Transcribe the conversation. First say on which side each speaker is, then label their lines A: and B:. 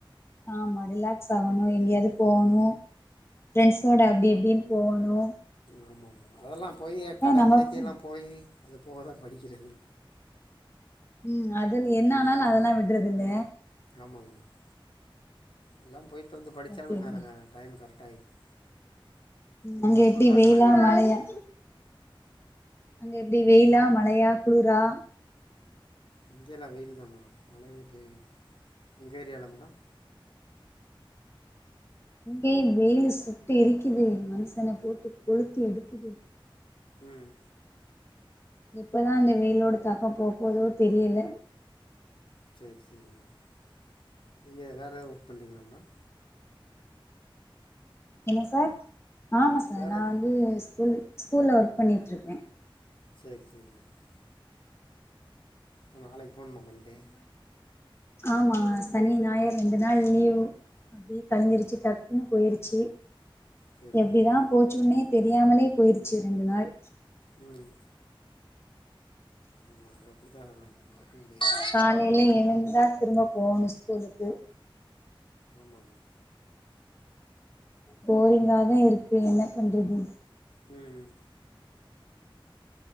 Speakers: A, on the left (about 30°); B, on the left (about 65°).
A: ஆமா ரிலாக்ஸ் ஆகணு எங்கயாவது போவ்ணு
B: ம்
A: ஃப்ரட்ண்ஸ்ஸோட அப்டி இப்டினு போவணு
B: ஆமா மா அதெல்லா போயி கடை
A: நமக்கு
B: கிடைக்கெல்லா போயி அது போக தா படிக்கிறது
A: ம் அது என்ன
B: ம்
A: ஆனாலு அதெல்லா விட்றது இல்ல
B: ஆமாங்க மேடம் எல்லாம் போயிட்டு வந்து படிச்சாலுங்க
A: ஓகே ஓகே
B: க டைம் கரெக்ட் ஆயிடுது ஒரு
A: அங்க
B: நாள்
A: எப்டி
B: ஃபுல்லா
A: வெயிலா
B: கணக்கு வந்துருது
A: மழையா அங்க எப்டி வெயிலா மழையா குளுரா
B: இங்கேல்லா வெயில் தா மேடம் மழையே பெய்யல உங்க ஏரியால மேடம்
A: ஏ வெயிலு சுட்டு எரிக்குது மனுஷன போட்டு கொளுத்தி எடுக்குது
B: ம்
A: எப்பதா அந்த வெயிலோட தாக்கம் போப்போதோ தெரியல
B: செர் சேரீங்க மேடம் நீங்க வேற எதாவது ஒர்க் பண்றீங்களா மேடம்
A: என்ன சார் ஆமா சார்
B: வேறு
A: நா வந்து ஸ்கூல் ஸ்கூல்ல ஒர்க் பண்ணிட்டுருக்கே
B: செரி செரி மேடம் இப்ப நாளைக்கு போணுமா மண்டே
A: ஆமாங்க சனி ஞாயிறு ரெண்டு நாள் லீவு அப்டியே கலஞ்சிருச்சி டக்குன்னு போயிருச்சி
B: சரி
A: எப்டிதா
B: மேடம்
A: போச்சுன்னே தெரியாமலே போயிருச்சி ரெண்டு நாள்
B: ம் ஆமா அது அப்டிதா டக்குன்னு பேயிட்து
A: காலயில எழுந்தா திரும்ப போகணு ஸ்கூலுக்கு
B: ஆமாம் மேடம்
A: போரிங்ஹா தா இருக்கு என்ன பண்றது
B: ம்